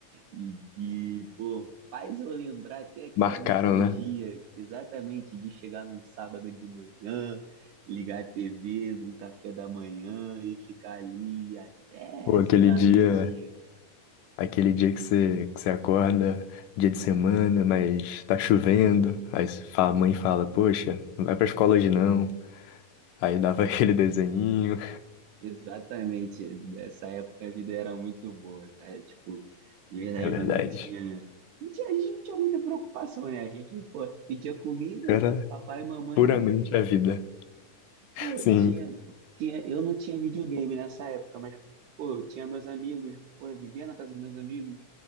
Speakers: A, on the right; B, on the left.
A: e que, pô, faz eu lembrar, tem aquela
B: Marcaram,
A: nostalgia
B: né?
A: exatamente de chegar num sábado de manhã, ligar a TV, num café da manhã e ficar ali até,
B: Pô, aquele
A: sei lá,
B: dia,
A: meio-dia.
B: aquele dia que você, que você acorda, dia de semana, mas tá chovendo. Aí fala- a mãe fala,
A: Pô,
B: poxa, não vai pra escola hoje não. Aí dava <laughs> aquele desenho.
A: Exatamente, nessa época a vida era muito boa, cara. Tipo, de verdade,
B: É verdade.
A: mano, não tinha, não tinha, a gente não tinha muita preocupação, né? A gente, pô, pedia comida,
B: Era
A: papai e mamãe
B: puramente
A: vinha.
B: a vida.
A: Pô,
B: Sim,
A: eu tinha, tinha, eu não tinha videogame nessa época, mas, pô, eu tinha meus amigos, pô, eu vivia na casa dos meus amigos,